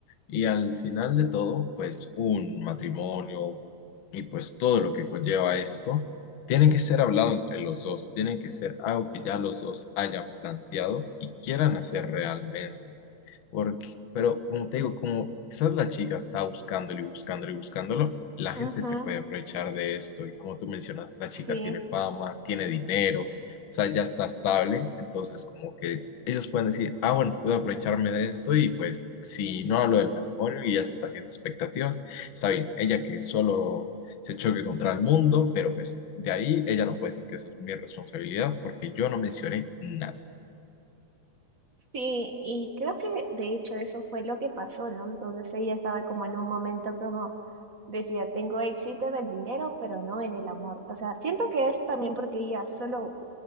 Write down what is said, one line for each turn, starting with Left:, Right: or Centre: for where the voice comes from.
Left: Y al final de todo, pues un matrimonio y pues todo lo que conlleva esto, tiene que ser hablado entre los dos, tiene que ser algo que ya los dos hayan planteado y quieran hacer realmente. Porque, pero como te digo, como quizás la chica está buscándolo y buscándolo y buscándolo, la gente
Right: ujú,
Left: se puede aprovechar de esto. Y como tú mencionas, la chica
Right: sí.
Left: tiene fama, tiene dinero, o sea, ya está estable. Entonces, como que ellos pueden decir, ah, bueno, puedo aprovecharme de esto y pues si no hablo del matrimonio y ya se está haciendo expectativas, está bien. Ella que solo se choque contra el mundo, pero pues de ahí ella no puede decir que eso es mi responsabilidad porque yo no mencioné nada.
Right: Sí, y creo que de hecho eso fue lo que pasó, ¿no? Entonces ella estaba como en un momento como decía, tengo éxito en el dinero, pero no en el amor. O sea, siento que es también porque ella solo,